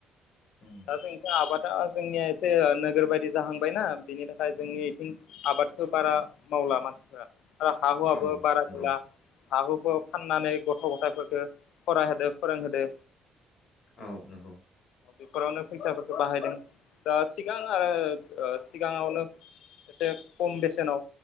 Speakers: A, on the left; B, on the left.
A: उम
B: दा जोंनिथ आबाद द <unintelligible> जोंनिया एसे ओ नोगोर बायदि जाहांबायना बिनि थाखाय जोंनि बिथिं आबादखौ बारा मावला मानसिफ्रा आरो हाहुआबो
A: औ
B: बारा
A: नंगौ
B: गैला हाहुखौ फाननानै गथ' गथायफोरखौ फरायहोदो फोरोंहोदो
A: औ नंगौ
B: बेफोरावनो फैसाफोरखौ बाहायदों दा सिगां आरो ओ ओ सिगाङावनो एसे खम बेसेनाव